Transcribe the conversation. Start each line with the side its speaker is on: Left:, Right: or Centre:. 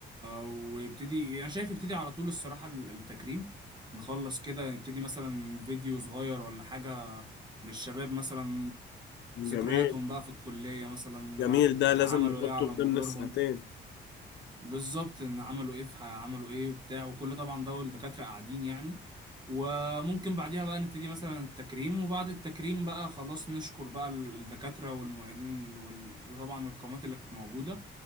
Right: ويبتدي أنا شايف يبتدي على طول الصراحة ال- التكريم نخلص كده نبتدي مثلا فيديو صغير ولا حاجة للشباب مثلا ذكرياتهم
Left: جميل
Right: بقى في الكلية مثلا
Left: جميل
Right: آه،
Left: ده لازم
Right: عملوا
Left: نحطه
Right: إيه على
Left: في
Right: مدارهم
Left: ضمن الساعتين
Right: بالظبط ان عملوا ايه في ح- عملوا ايه وبتاع وكل طبعا ده الدكاترة قاعدين يعني وممكن بعديها بقى نبتدي مثلا التكريم وبعد التكريم بقى خلاص نشكر بقى ال- الدكاترة والمعيدين ال... وال... وطبعا القامات اللي كانت موجودة